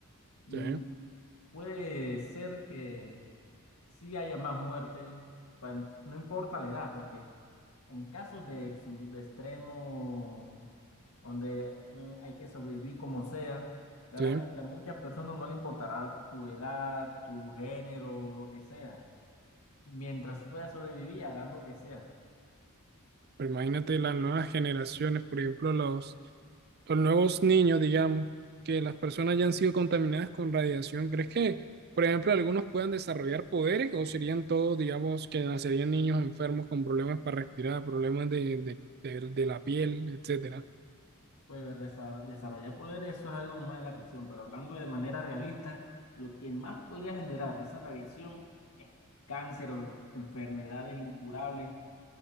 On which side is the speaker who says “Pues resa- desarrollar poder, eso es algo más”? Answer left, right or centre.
Left